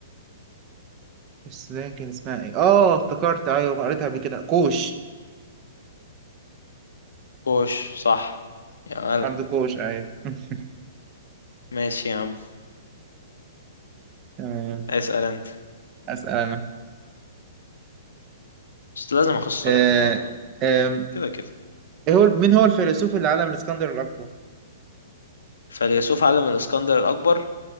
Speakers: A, on the right; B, on the left.
A: السودان كان اسمها ايه اه افتكرت ايوه قريتها قبل كده كوش
B: كوش صح يا مالك
A: ارض كوش ايوه <laughs>
B: ماشي يا عم
A: تمام
B: اسأل انت
A: اسال انا
B: بس لازم اخسرك
A: آه.
B: النهارده
A: آه.
B: كده كده
A: ايه هو مين هو الفيلسوف اللي علم الاسكندر الاكبر
B: فيلسوف عالم الاسكندر الاكبر